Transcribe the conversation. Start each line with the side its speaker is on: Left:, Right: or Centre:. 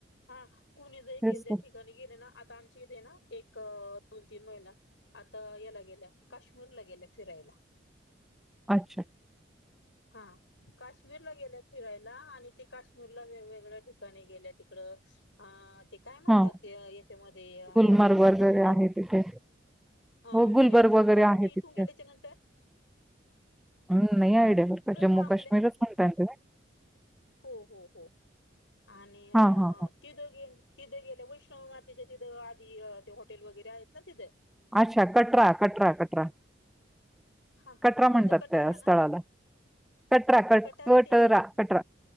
Left: हां कुणी जरी
Centre: तेच
Left: त्या
Centre: तर.
Left: ठिकाणी ग गेलं ना. आता आमची इथे ना एक दोन तीन महिना आता याला गेल्या काश्मीरला गेल्या फिरायला.
Centre: अच्छा
Left: हा काश्मीरला गेल्यात फिरायला आणि ते काश्मीरला वेगवेगळ्या ठिकाणी गेल्या त तिकडं अ ते काय म्हणतात
Centre: हां,
Left: याच्यामध्ये
Centre: गुलमर्ग
Left: ते
Centre: वगैरे
Left: थांबतात कुठं
Centre: आहे तिथे.
Left: अं
Centre: हो, गुलबर्ग
Left: कुठे थांबतात
Centre: वगैरे आहे
Left: कुठं इथून
Centre: तिथे.
Left: गेल्याच्या नंतर?
Centre: अं, नाही आयडिया बरं जम्मू
Left: थांबले
Centre: काश्मीरच म्हणताय ना तुम्ही.
Left: हो हो हो आणि
Centre: हां,
Left: अं
Centre: हां, हां.
Left: ती दोघे तिथे गेले. वैष्णव मातेचे तिथं आधी ते हॉटेल वगैरे आहेत ना तिथ.
Centre: अच्छा कटरा कटरा कटरा
Left: हा
Centre: कटरा
Left: कोणतं
Centre: म्हणतात
Left: कटारा
Centre: त्या स्थळाला
Left: ना
Centre: कटरा कट
Left: कटारा स्टेशन
Centre: कटरा.